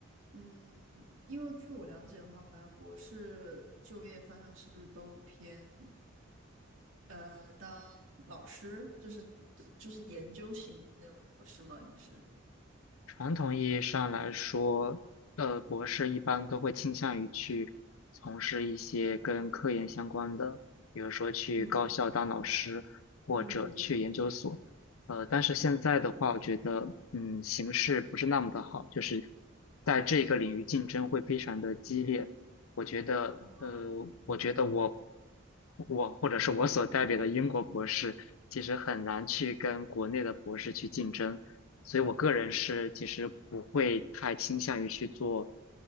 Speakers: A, on the right; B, on the left.
A: 嗯，因为据我了解的话，好像博士就业方向是不是都偏呃当老师，就是就是研究型那种博士吗？你是？
B: 传统意义上来说，呃，博士一般都会倾向于去从事一些跟科研相关的，比如说去高校当老师，
A: 嗯
B: 或者去研究所。
A: 嗯，对对对，
B: 呃，但是现在的话，我觉得，嗯，形势不是那么的好，就是在这个领域竞争会非常的激烈。我觉得，
A: 哦，
B: 呃，
A: 嗯，
B: 我觉得我我或者是我所代表的英国博士，其实很难去跟国内的博士去竞争。所以我个人是其实不会太倾向于去做，